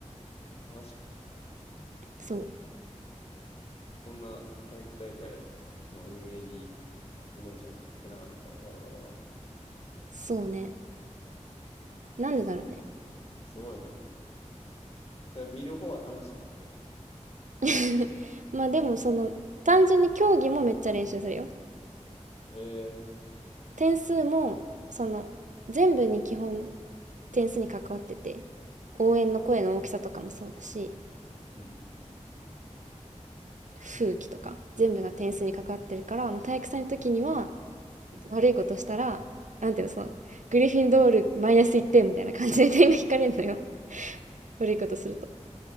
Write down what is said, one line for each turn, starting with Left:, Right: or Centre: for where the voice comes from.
Left: マジか。
Right: そう。
Left: そんな体育大会の運営に命はかけてなかった我々は。
Right: そうね。なんでだろうね。
Left: ずすごいな。それ見る方は楽しい。
Right: <laughs> まあでもその、単純に競技もめっちゃ練習するよ。
Left: ええ
Right: 点数も、その、全部に基本点数に関わってて、応援の声の大きさとかもそうだし、
Left: うん、
Right: 風紀とか、全部が点数に関わってるから、もう体育祭の時には、
Left: うん。
Right: 悪いことしたら、なんていうの、その、グリフィンドールマイナス1点みたいな感じで点が引かれるのよ <laughs>。悪いことすると。